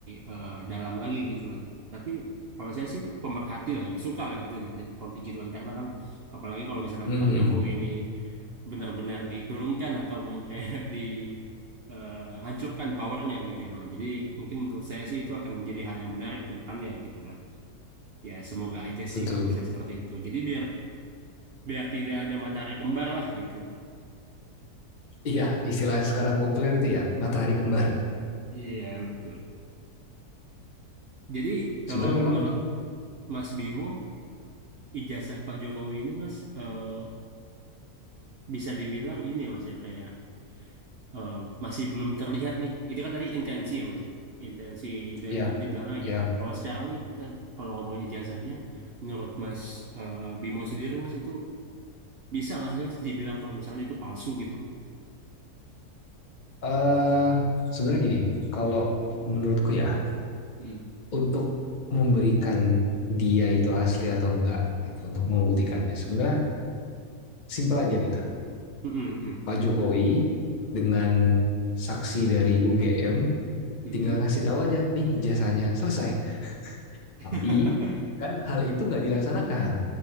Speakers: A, on the right; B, on the left.
A: eh, dalam lagi gitu kan. Tapi kalau saya sih pemerhati lah gitu, suka lah gitu lihat politik gitu kan. Karena kan apalagi kalau misalkan
B: hmm
A: Pak Jokowi ini benar-benar diturunkan ataupun kayak <laughs> di eh, hancurkan powernya gitu ya Bang. Jadi mungkin menurut saya sih itu akan jadi hal yang menarik ke depannya gitu kan. Ya semoga aja
B: betul
A: sih menurut saya seperti itu. Jadi biar biar tidak ada matahari kembar lah gitu.
B: iya istilah sekarang populer itu ya matahari kembar
A: Iya, betul. Jadi
B: sebenarnya
A: kalau menurut
B: memang
A: Mas Bimo, ijazah Pak Jokowi ini Mas eh, bisa dibilang ini Mas ya kayak eh, masih belum terlihat nih. Itu kan tadi intensi ya Mas ya. Intensi dari
B: ya
A: di belakang
B: ya
A: gimana? Kalau sekarang nih kita kalau ngomongin ijazahnya, menurut Mas eh, Bimo sendiri Mas itu bisa nggak sih Mas dibilang kalau misalkan itu palsu gitu?
B: eh sebenarnya gini kalau menurutku ya
A: Hmm.
B: untuk memberikan dia itu asli atau enggak gitu untuk membuktikannya. Sebenarnya simpel aja gitu.
A: Mm-mm, mm.
B: Pak Jokowi dengan saksi dari UGM
A: Mm-mm.
B: tinggal ngasih tahu aja nih ijazahnya selesai. Tapi
A: <laughs>
B: kan hal itu nggak dilaksanakan.